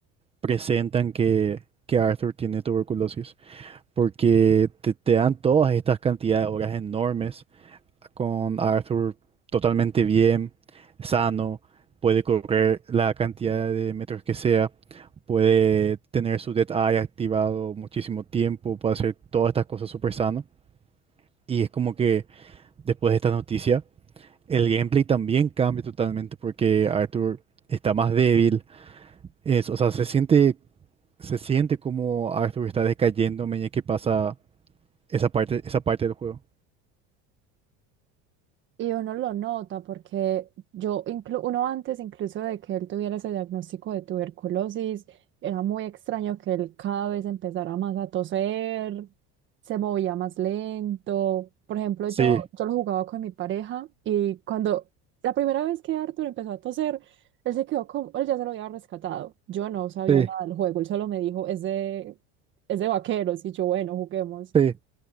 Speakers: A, on the right (about 20°); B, on the right (about 35°).
A: presentan que, que Arthur tiene tuberculosis, porque te, te dan todas estas cantidades de horas enormes con Arthur totalmente bien, sano, puede correr la cantidad de metros que sea, puede tener su Dead Eye activado muchísimo tiempo, puede hacer todas estas cosas súper sano. Y es como que después de esta noticia, el gameplay también cambia totalmente porque Arthur está más débil, es, o sea, se siente, se siente como Arthur está decayendo a medida que pasa esa parte, esa parte del juego.
B: Y uno lo nota porque yo, inclu uno antes incluso de que él tuviera ese diagnóstico de tuberculosis, era muy extraño que él cada vez empezara más a toser, se movía más lento. Por ejemplo,
A: Sí,
B: yo, yo lo jugaba con mi pareja y cuando la primera vez que Arthur empezó a toser, él se quedó como, él ya se lo había rescatado. Yo no sabía
A: sí,
B: nada del juego, él solo me dijo, es de, es de vaqueros y yo, bueno, juguemos.
A: sí,